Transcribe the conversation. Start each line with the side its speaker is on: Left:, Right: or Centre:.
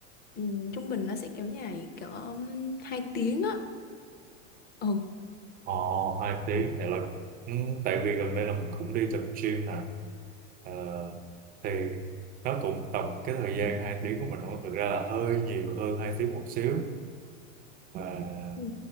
Left: Ừ, trung bình nó sẽ kéo dài cỡ um, 2 tiếng á. Ừ.
Right: Ờ, hai tí thì là ừ, tại vì gần đây là mình cũng đi tập gym nè Ờ, thì nó cũng tầm cái thời gian hai tiếng của mình thôi thực ra là hơi nhiều hơn hai tiếng một xíu mà
Left: Ừ.